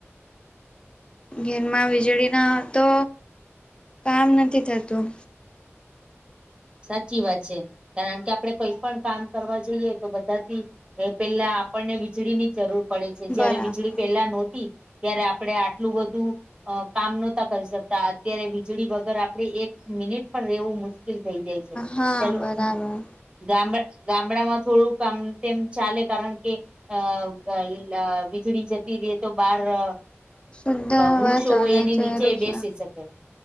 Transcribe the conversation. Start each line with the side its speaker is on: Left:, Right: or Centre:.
Left: ઘેરમાં વીજળીના તો કામ નથી થતું
Right: સાચી વાત છે કારણ કે આપડે કઈ પણ કામ કરવા જઈએ તો બધાથી પેલા આપણને વીજળીની જરૂર પડે છે જયારે
Left: બરાબર
Right: વીજળી પેલા નોતી ત્યારે આપડે આટલું બધું અ કામ નહોતા કરી શકતા અત્યારે વીજળી વગર આપડે એક મિનિટ પણ રેવું મુસ્ક કેલ થઈ જાય છે
Left: હા
Right: ચલો
Left: બરાબર
Right: ગામડામાં થોડું આમ તેમ ચાલે કારણ કે અ વીજળી જતી રે તો બાર અ
Left: શુદ્ધ
Right: વૃક્ષો
Left: હવા ચાલે
Right: હોય એની
Left: છે
Right: નીચે
Left: વૃક્ષ
Right: ય બેસી શકે